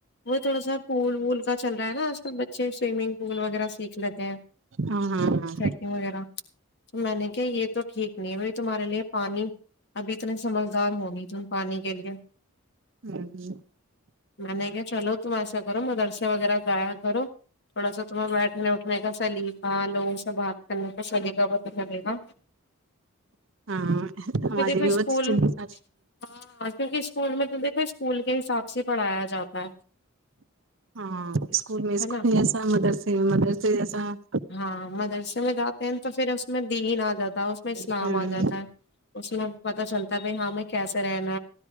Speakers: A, on the left; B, on the right.
A: وہ تھوڑا سا پول وول کا چل رہ ہے نا آجل بچے سوئمنگ پول وغیرہ سیکھ لیتے ہیں
B: ہاں ہاں ہاں
A: ٹریکنگ وغیرہ تو میں نے کیا یہ تو ٹھیک نہیں ہے بائی تمہارے لیے پانی ابھی اتنے سمجھدار ہو نہیں تم پانی کے لیے
B: ہوں
A: میں نے کیا چلو تو ایسا کر مدرسا وغیرہ گا بر تھوڑا سا <inaudible> تم میں اٹھنے کا سلیفا لوگ سب بات کرنے شالیے گا بتس لے گا
B: ہاں
A: کیونکہ
B: ہمارے
A: دیکھو
B: بھی
A: اسکول
B: چلے سات
A: ہاں کیونکہ اسکول میں تو دیکھو اسکول کے حساب سے پڑھایا جاتا ہے
B: ہاں اسکول میں اسکول
A: ہے نا
B: جسا مدرس میں مدرس جیسا <inaudible>
A: ہاں مدرسے میں جاتے ہیں تو <inaudible> تو پھر اس میں <inaudible> دین آ جاتا ہے اس میں اسلام
B: ہوں
A: آ جاتا ہے اس میں پتا چلتا ہے بائی ہاں میں کیس رہ